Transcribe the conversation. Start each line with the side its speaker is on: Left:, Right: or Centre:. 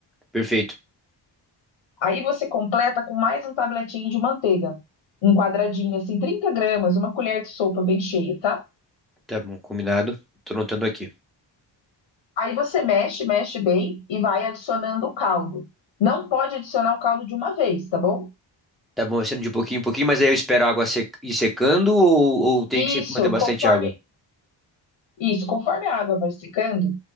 Centre: Perfeito.
Left: Aí você completa com mais um tabletinho de manteiga, um quadradinho assim, 30 gramas, uma colher de sopa bem cheia, tá?
Centre: Tá bom, combinado. Tô anotando aqui.
Left: Aí você mexe, mexe bem e vai adicionando o caldo. Não pode adicionar o caldo de uma vez, tá bom?
Centre: Tá bom, vai sendo de pouquinho em pouquinho, mas aí eu espero a água sec- ir secando ou, ou tenho
Left: Isso,
Centre: que sempre manter bastante
Left: conforme
Centre: água?
Left: isso, conforme a água vai secando,